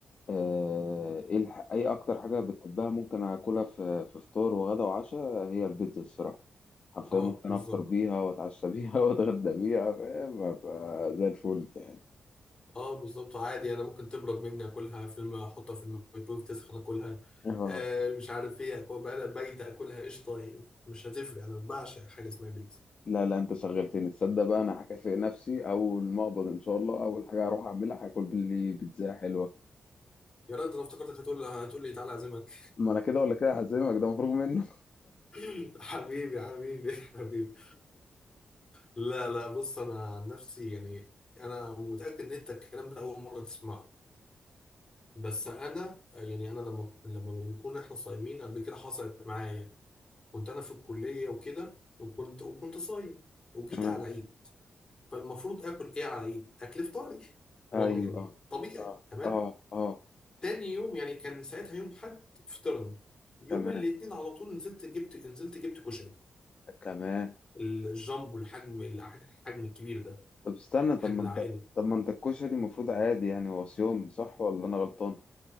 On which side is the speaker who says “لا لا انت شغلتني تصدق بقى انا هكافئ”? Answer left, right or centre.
Left